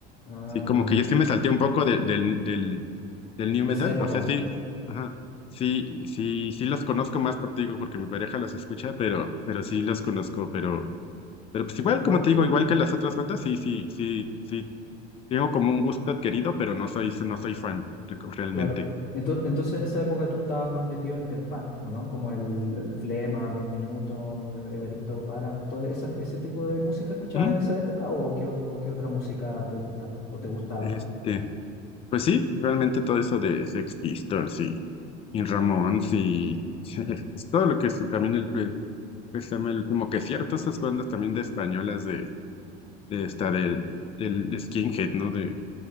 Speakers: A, on the left; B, on the left.
A: Ah,
B: sí, como
A: bueno.
B: que yo sí me salté un poco de- del, del, Del new
A: De
B: metal,
A: esa época.
B: o sea, sí, ajá, sí, sí, sí los conozco más por ti, digo, porque mi pareja los escucha, pero, pero sí los conozco, pero, pero pues igual,
A: Bueno,
B: como te digo, igual que las otras bandas, sí, sí, sí, sí, tengo como un gusto adquirido, pero no soy, no soy fan re- realmente.
A: claro. Ento- Entonces, en esa época tú estabas más metido en el punk, ¿o no? Como el Flema, Dos Minutos, Evaristo Páramo, todo esa- ese tipo de música escuchabas
B: Ujú.
A: en esa época o qué, ot- o qué otra música te gusta o te gustaba?
B: Este, pues sí, realmente todo eso de Sex Pistols y, y Ramones y <laughs> pues todo lo que es también el, pues, se llama el último que cierto, esas bandas también de españolas de, de esta del, del Skinhead, ¿no? de